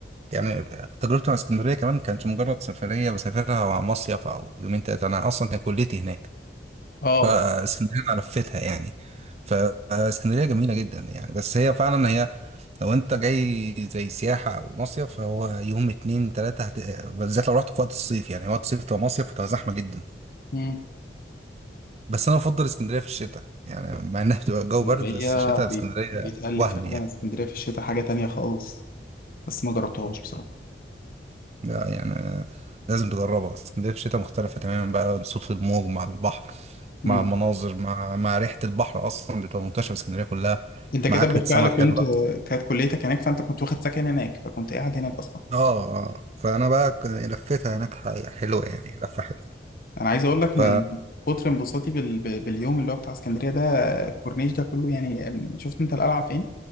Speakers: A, on the right; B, on the left.
A: يعني تجربتي مع اسكندريه كمان كانت مجرد سفريه بسافرها مع مصيف او يومين تلاته انا اصلا كان كليتي هناك
B: اه
A: فاسكندريه انا لفيتها يعني فاسكندريه جميله جدا يعني بس هي فعلا هي لو انت جاي زي سياحة او مصيف فهو يوم اتنين تلاتة هت... بالذات لو رحت في وقت الصيف يعني وقت الصيف تبقى مصيف وتبقى زحمة جدا
B: مم.
A: بس انا بفضل اسكندرية في الشتاء يعني مع انها بتبقى الجو
B: اسكندرية
A: برد بس الشتاء
B: بيت...
A: اسكندرية
B: بيتقال لي
A: وهم
B: فعلا
A: يعني
B: اسكندرية في الشتاء حاجة تانية خالص بس ما جربتهاش بصراحة
A: لا يعني لازم تجربها اسكندرية في الشتاء مختلفة تماما بقى صوت الموج مع البحر
B: مم.
A: مع المناظر مع مع ريحة البحر اصلا بتبقى منتشرة في اسكندرية كلها
B: انت كده
A: مع اكلة
B: بالفعل
A: سمك
B: كنت
A: حلوة
B: كانت كليتك هناك فانت كنت واخد سكن هناك فكنت قاعد هناك اصلا
A: اه اه فانا بقى ك- لفيتها هناك ح- حلوة يعني لفة حلوة
B: انا عايز اقول لك
A: ف
B: من كتر انبساطي بال... بال- باليوم اللي هو بتاع اسكندرية ده الكورنيش ده كله يعني أم، شفت انت القلعة فين